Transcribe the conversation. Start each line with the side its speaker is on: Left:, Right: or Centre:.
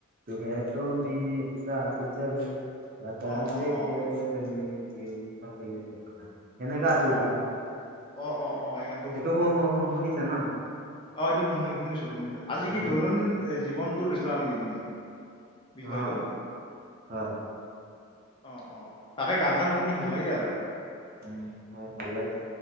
Right: তোহে ত' মেৰি চাচ চলে বতা
Left: অ অ
Right: দে ম'
Left: অ
Right: কেছে জিও <unintelligible> তুমি জনে কা আছিল
Left: অ
Right: ত
Left: অ', অ, অ, এই গান
Right: এইটো হু, হু, হু শুনিছা ন?
Left: অ', এইটো শুনো শুনিছো শুনিছো। আজি কি
Right: উম
Left: দৈনন্দিন জৱনটো লৈচিলা নেকি তুমি বিষয়টো?
Right: অ হয়
Left: অ' অ তাকে গান চান শুনি ভাল লাগে আৰু।
Right: উম হয় ভাল লাগে,